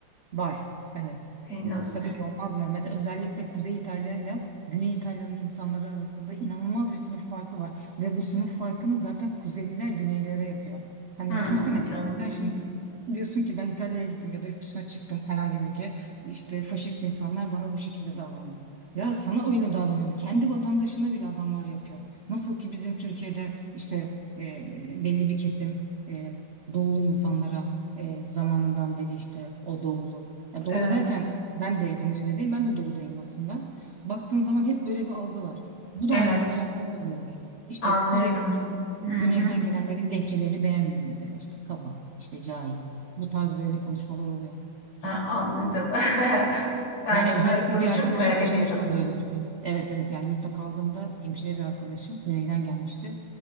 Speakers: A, on the right; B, on the left.
A: var. Evet.
B: Biraz.
A: Tabii ki olmaz mı? Mesela özellikle Kuzey İtalya ile Güney İtalya'nın insanları arasında inanılmaz bir sınıf farkı var. Ve bu sınıf farkını zaten Kuzeyliler Güneylilere yapıyor. Hani
B: Hmm,
A: düşünsene
B: anladım.
A: sen şimdi diyorsun ki ben İtalya'ya gittim ya da yurt dışına çıktım herhangi bir ülke. İşte faşist insanlar bana bu şekilde davrandı. Ya sana öyle davranıyordu. Kendi vatandaşına bile adamlar yapıyor. Nasıl ki bizim Türkiye'de işte e, belli bir kesim e, doğulu insanlara e, zamanından beri işte o doğulu. Ya doğuda
B: Evet.
A: derken ben de hani Rize'deyim ben de doğudayım aslında. Baktığın zaman hep böyle bir algı var. Bu da
B: Evet.
A: aynı İtalya'da böyle. İşte
B: Anlıyorum.
A: kuzey,
B: Hı hı.
A: güneyden gelenlerin lehçelerini beğenmiyor mesela işte kaba, işte cahil. Bu tarz böyle konuşmalar oluyor.
B: Ha, anladım. <laughs> Yani
A: Yani özellikle
B: bunu bunu
A: bir arkadaşım
B: çok merak
A: yaşamıştı
B: ediyordum.
A: böyle bir şey. Evet evet yani yurtta kaldığımda hemşire bir arkadaşım güneyden gelmişti.